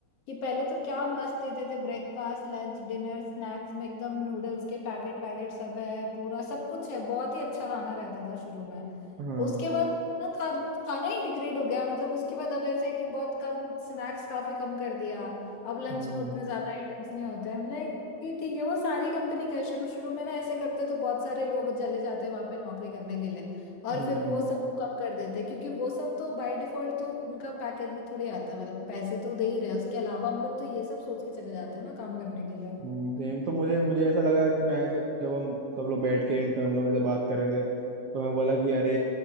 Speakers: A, on the left; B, on the right.
A: कि पहले तो क्या मस्त देते थे ब्रेकफास्ट लंच डिनर स्नैक्स में एकदम नूडल्स के पैकेट वैकेट सब है पूरा सब कुछ है बहुत ही अच्छा खाना रहता था शुरू में
B: हाँ
A: उसके बाद ना खा, खाना ही डिग्रेड हो गया मतलब उसके बाद अब ऐसे है कि बहुत कम स्नैक्स काफी कम कर दिया अब लंच
B: हम्म
A: में उतने ज्यादा आइटम्स नहीं होते हैं ये ठीक है वो सारी कंपनी का है शुरू शुरू में ना ऐसे करते तो बहुत सारे लोग चले जाते वहां पे नौकरी करने के लिए और
B: हम्म
A: फिर वो
B: हम्म।
A: सब को कम कर देते क्योंकि वो सब तो बाय डिफॉल्ट तो उनका पैकेज में थोड़ी आता है मतलब पैसे तो दे ही रहे हैं उसके अलावा हम लोग तो ये सब सोच के चले जाते हैं ना काम करने के लिए
B: सेम तो मुझे मुझे ऐसा लगा कि मैं ऐसे जब हम सब लोग बैठ के इंटर्न लोग ऐसे बात कर रहे थे तो मैं बोला कि अरे